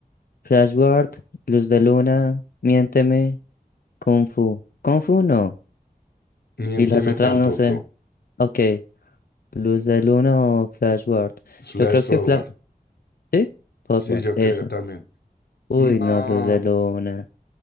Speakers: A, on the left (about 65°); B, on the left (about 85°).
A: Flash Gordon, Luz de Luna, Miénteme, Kung Fu. Kung Fu no.
B: Miénteme
A: Y las otras
B: tampoco.
A: no sé. Ok. Luz de Luna o Flash Gordon.
B: Flash
A: Yo creo
B: forward.
A: que Flash. ¿Sí? Forward.
B: Sí, yo
A: Eso.
B: creo también.
A: Uy,
B: No,
A: no, Luz de Luna.